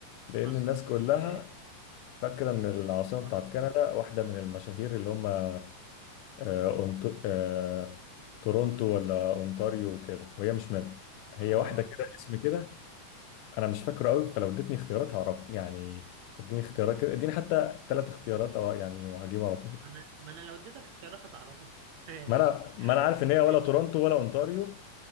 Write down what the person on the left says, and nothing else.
لأن
الناس كلها
فاكرة إن العاصمة
بتاعت كندا واحدة من المشاهير اللي هم آه، أونت- آه، تورونتو ولا أونتاريو وكده وهي مش منهم هي
واحدة كده اسم كده انا مش فاكره قوي فلو اديتني اختيارات هعرف يعني اديني اختيارات كده اديني حتى ثلاث اختيارات او يعني وهجيبه على طول
ما انا ما انا عارف ان هي ولا
تورونتو ولا اونتاريو